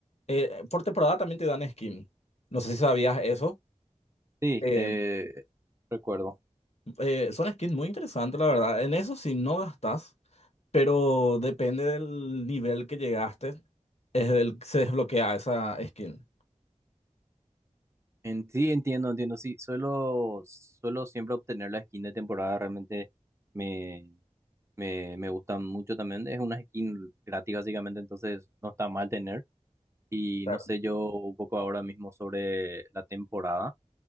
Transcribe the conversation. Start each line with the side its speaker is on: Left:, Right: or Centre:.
Left: eh, por temporada también te dan skin. No sé si sabías eso.
Right: Sí,
Left: Eh,
Right: te recuerdo.
Left: eh, son skins muy interesantes, la verdad. En eso sí no gastas, pero depende del nivel que llegaste, es del que se desbloquea esa skin.
Right: En sí, entiendo, entiendo. Sí, suelo, suelo siempre obtener la skin de temporada. Realmente me, me, me gustan mucho también. Es una skin gratis básicamente, entonces no está mal tener. Y
Left: Claro.
Right: no sé yo un poco ahora mismo sobre la temporada.